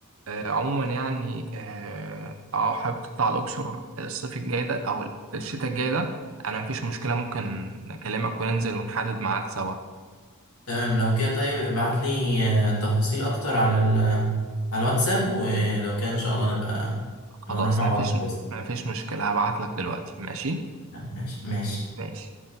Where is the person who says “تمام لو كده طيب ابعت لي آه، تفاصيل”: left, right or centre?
Left